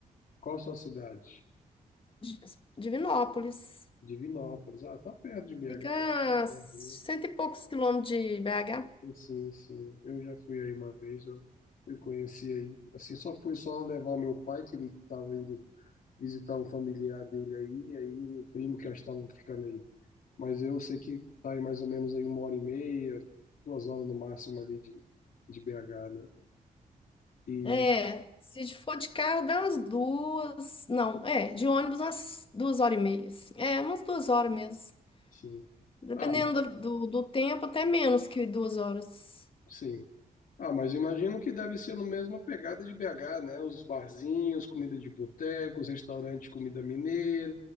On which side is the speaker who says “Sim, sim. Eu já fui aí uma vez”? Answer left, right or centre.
Left